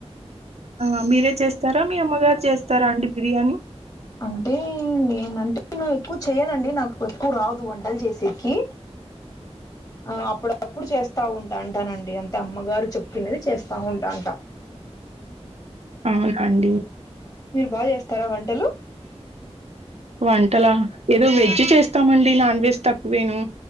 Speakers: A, on the right; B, on the left.
A: ఆ మీరే చేస్తార మీ అమ్మగారు చేస్తార అండి బిర్యానీ
B: అంటే నేనంటే నేను ఎక్కువ చెయనండి నాకు ఎక్కువ రాదు వంటలు చేసేకి
A: ఉ
B: ఆ అప్పుడప్పుడు చేస్త ఉంటా అంటానండి అంతే అమ్మగారు చెప్పినవే చే స్త వుంటన్ట
A: అ అండి
B: బాగ చేస్తార వంటలు
A: వంటలా ఏదో వెజ్ చేస్తామండి నాన్ వెజ్ తక్కువేను